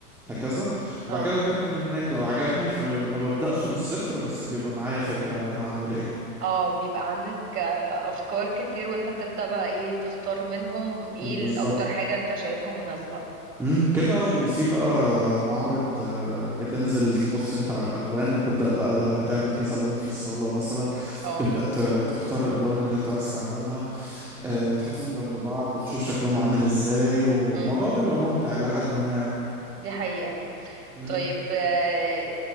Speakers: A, in the centre; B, on the right (about 75°).
A: هكذا وبعد
B: اه
A: كده بكمل من هناك لو عجبني فما ما ببدأش من الصفر بس بيبقى معايا فكرة أنا هعمل إيه
B: اه بيبقى عندك آه، افكار كتير وانت تبدأ بقى ايه تختار منهم ايه الاكتر
A: بالظبط
B: حاجة انت شايفها مناسبة
A: مم، كده وفي بقى معارض آه، بتنزل تبص انت على الالوان وتبدا بقى لو هتعمل كذا لون في الصاله مثلا
B: اه
A: تبدا ت- تختار الالوان اللي انت عايز تعملها آه، تحطهم جنب بعض وتشوف شكلهم عامل ازاي والموضوع
B: امم
A: بيبقى ممتع الى حد ما
B: دي حقيقة
A: مم.
B: طيب آه،